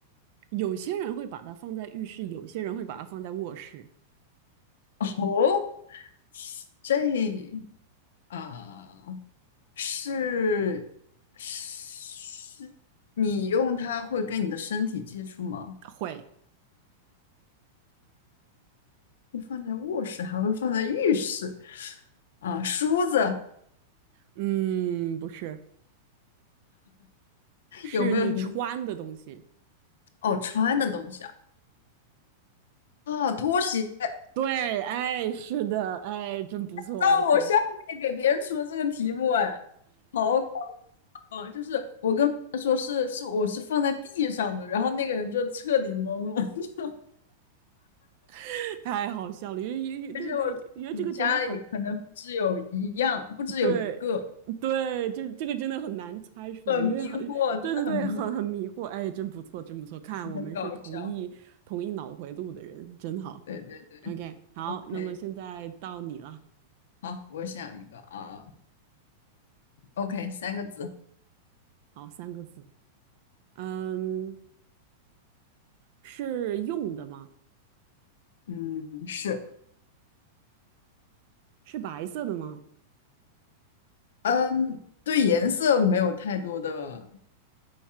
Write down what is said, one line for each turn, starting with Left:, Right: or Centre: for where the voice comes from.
Right: 有些人会把它放在浴室，有些人会把它放在卧室，
Left: 哦，这啊。是是，你用它会跟你的身体接触吗？
Right: 会。
Left: 会放在卧室，还会放在浴室啊？梳子
Right: 嗯，不是，是你穿的东西。
Left: 有没有什么？哦，穿的东西啊？啊，拖鞋。
Right: 对，哎，是的，哎，真不错，
Left: 让我下面给别人出的这个题目，
Right: 可以，
Left: 哎，好搞笑啊！就是我跟他说是是我是放在地上的，然后那个人就彻底懵了，<laughs>
Right: <laughs> 太好笑了，因为因为对对，
Left: 而且我说你家里可能不只有一样，
Right: 因为这个真的很，
Left: 不只有一个，
Right: 对，对，这这个真的很难猜出来，
Left: 很迷惑，
Right: 因为很，
Left: 真的很迷惑。
Right: 对对对，很很迷惑，哎，真不错，真不错，看我们是同一同一脑回路的人，
Left: 很搞笑。
Right: 真好
Left: 对对对
Right: ，OK，好，
Left: ，OK，
Right: 那么现在到你了，
Left: 好，我想一个啊，OK，三个字，
Right: 好，三个字，嗯，是用的吗？
Left: 嗯，是，
Right: 是白色的吗？
Left: 嗯，对颜色没有太多的